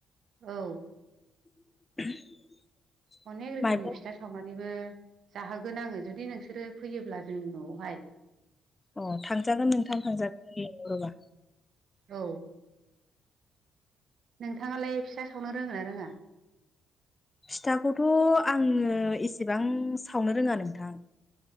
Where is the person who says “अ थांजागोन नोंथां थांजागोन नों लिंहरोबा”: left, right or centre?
Left